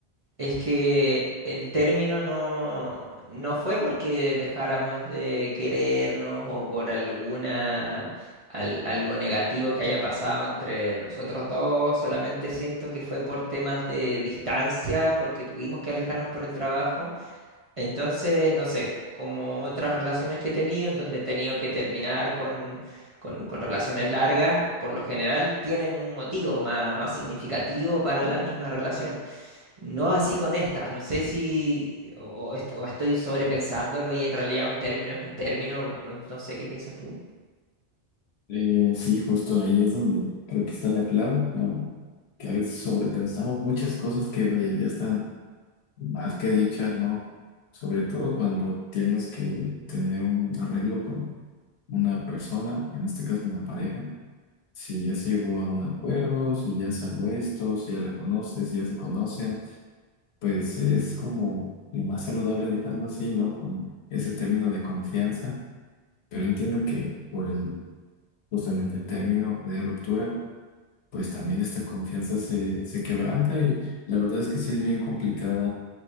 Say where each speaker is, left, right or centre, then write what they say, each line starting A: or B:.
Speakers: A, on the right; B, on the left.
A: Es que el término no, no fue porque dejáramos de querernos o por alguna al- algo negativo que haya pasado entre nosotros dos, solamente siento que fue por temas de distancia, porque tuvimos que alejarnos por el trabajo. Entonces, no sé, como otras relaciones que he tenido, en donde he tenido que terminar con, con, con relaciones largas, por lo general tienen un motivo más, más significativo para la misma relación. No así con esta, no sé si o, o est- o estoy sobrepensándolo y en realidad un término es un término, no, no sé qué piensas tú.
B: Eh, sí, justo ahí es donde creo que está la clave, ¿no? Que a veces sobrepensamos muchas cosas que vaya, ya están Más que dichas, ¿no? Sobre todo cuando tienes que tener un arreglo con una persona, en este caso una pareja, si ya se llegó a un acuerdo, si ya salió esto, si ya la conoces, si ya se conocen, pues es como lo más saludable dejarlo así, ¿no? Con ese término de confianza, pero entiendo que por el justamente término de ruptura, pues también esta confianza se, se quebranta y la verdad es que sí es bien complicada